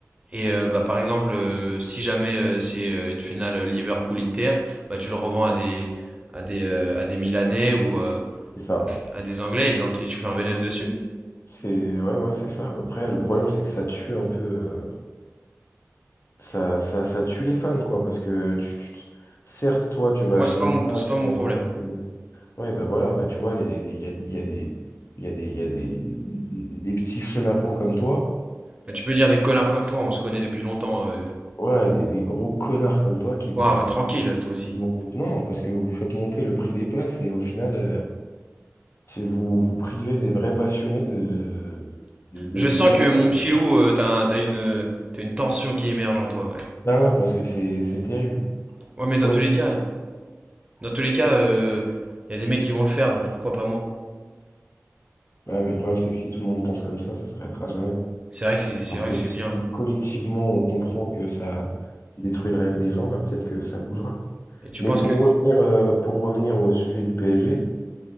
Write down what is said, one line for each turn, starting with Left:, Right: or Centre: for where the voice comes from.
Right: Et euh, bah, par exemple, euh, si jamais euh, c'est euh, une finale euh, Liverpool-Inter, bah, tu le revends à des, à des, euh, à des Milanais ou euh,
Left: C'est ça.
Right: à des Anglais et, dans- et tu fais un bénéfice dessus.
Left: C'est ouais, ouais, c'est ça. Après, le problème, c'est que ça tue un peu. euh, ça, ça, ça tue les fans, quoi, parce que tu, tu- tu- certes, toi, tu vas
Right: Moi,
Left: acheter
Right: c'est pas
Left: une
Right: mon,
Left: place,
Right: c'est pas
Left: tu
Right: mon
Left: vas
Right: problème.
Left: te faire du pognon. Ouais, bah voilà, bah tu vois, les- les- il y a, il y a des, il y a des, il y a des, des, des- des petits chenapans comme toi,
Right: Mais tu peux dire des connards comme toi, on se connaît depuis longtemps. euh,
Left: ouais, des, des gros connards comme toi qui vont,
Right: ouais bah, tranquille, toi aussi.
Left: qui vont, non, parce que vous faites monter le prix des places et au final, euh, c'est vous, vous privez des vrais passionnés de, de, de
Right: Je sens
Left: vivre
Right: que mon
Left: un rêve.
Right: petit loup, euh, t'as, un- t'as une, euh, t'as une tension qui émerge en toi, quand même.
Left: Bah ouais, parce que c'est, c'est terrible.
Right: Ouais, mais dans
Left: Honnêtement,
Right: tous les cas,
Left: c'est-
Right: dans tous les cas, il y a des mecs qui vont le faire, donc pourquoi pas moi?
Left: bah ouais, mais le problème, c'est que si tout le monde pense comme ça, ça s'arrêtera jamais.
Right: C'est vrai que c'est, c'est
Left: Alors
Right: vrai
Left: que
Right: que c'est
Left: si
Right: bien.
Left: collectivement on comprend que ça détruit le rêve des gens, bah, peut-être que ça bougera.
Right: Et tu
Left: Mais
Right: penses
Left: pour
Right: que
Left: revenir, euh, pour revenir au sujet du PSG,